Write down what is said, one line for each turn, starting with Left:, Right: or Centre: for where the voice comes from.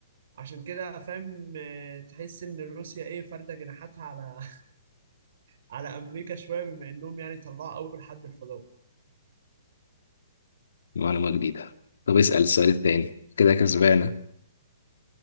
Right: عشان كده فاهم آه، تحس ان روسيا ايه فارده جناحاتها على <laughs> على امريكا شويه بما انهم يعني طلعوا اول حد الفضاء
Left: معلومة جديدة طب اسأل السؤال التاني كده كسبانة